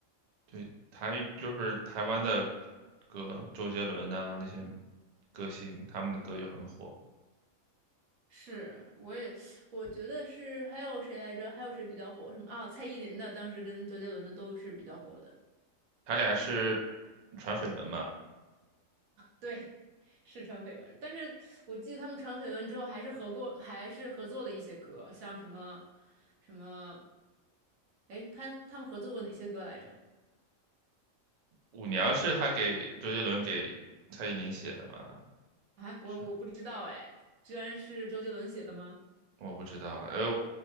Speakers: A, on the right; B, on the right.
A: 对，台语就是台湾的歌，周杰伦呐、那些歌星，他们的歌就很火。
B: 是，我也我觉得是，还有谁来着？还有谁比较火？什么啊？蔡依林的，当时跟周杰伦的都是比较火的。
A: 他俩是传绯闻嘛，
B: 对，是传绯闻，但是我记得他们传绯闻之后，还是合过，还是合作了一些歌，像什么什么，哎，他他们合作过哪些歌来着？
A: 《舞娘》是他给周杰伦给蔡依林写的吧？
B: 啊，我我不知道哎，
A: 是
B: 居然是周杰伦写的吗？
A: 我不知道，呃，